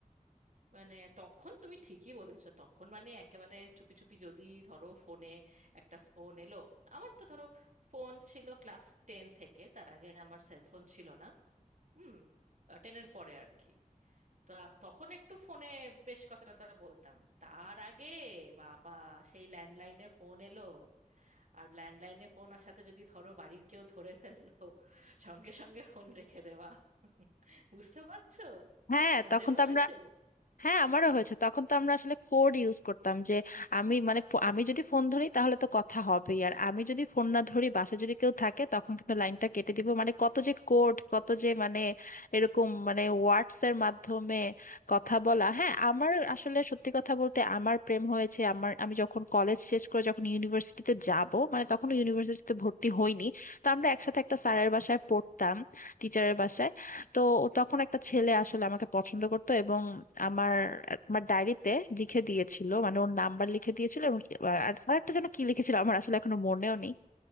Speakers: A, on the right (about 60°); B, on the left (about 75°).
A: মানে তখন তুমি ঠিকই বলেছো তখন মানে একেবারে চুপি চুপি যদি ধরো ফোনে একটা ফোন এলো আমার তো ধরো ফোন ছিল ক্লাস টেন থেকে তার আগে আমার সেলফোন ছিল না হুম টেনের পরে আর কি তো আ- তখন একটু ফোনে বেশ কথাটা টথা বলতাম তার আগে বাবা সেই ল্যান্ডলাইনে ফোন এলো আর ল্যান্ডলাইনে ফোন আসাতে যদি ধরো বাড়ির কেউ ধরে ফেললো সঙ্গে সঙ্গে ফোন রেখে দেওয়া বুঝতে পারছো
B: হ্যাঁ
A: তোমার
B: তখন
A: এরকম
B: তো
A: হয়েছে
B: আমরা হ্যাঁ আমারও হয়েছে তখন তো আমরা আসলে কোড ইউজ করতাম যে আমি মানে ফো- আমি যদি ফোন ধরি তাহলে তো কথা হবেই আর আমি যদি ফোন না ধরি বাসায় যদি কেউ থাকে তখন কিন্তু লাইনটা কেটে দিব মানে কত যে কোড কত যে মানে এরকম মানে ওয়ার্ডস এর মাধ্যমে কথা বলা হ্যাঁ আমার আসলে সত্যি কথা বলতে আমার প্রেম হয়েছে আমার আমি যখন কলেজ শেষ করে যখন ইউনিভার্সিটিতে যাব মানে তখন ইউনিভার্সিটিতে ভর্তি হইনি তো আমরা একসাথে একটা স্যারের বাসায় পড়তাম টিচারের বাসায় তো তখন একটা ছেলে আসলে আমাকে পছন্দ করতো এবং আমার আমার ডায়েরিতে লিখে দিয়েছিল মানে ওর নাম্বার লিখে দিয়েছিল এবং আর আরেকটা যেন কি লিখেছিল আমার আসলে এখনো মনেও নেই